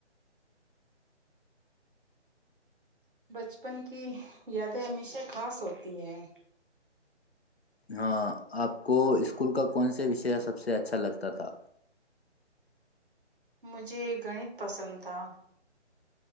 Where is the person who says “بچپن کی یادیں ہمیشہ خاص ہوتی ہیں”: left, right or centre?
Right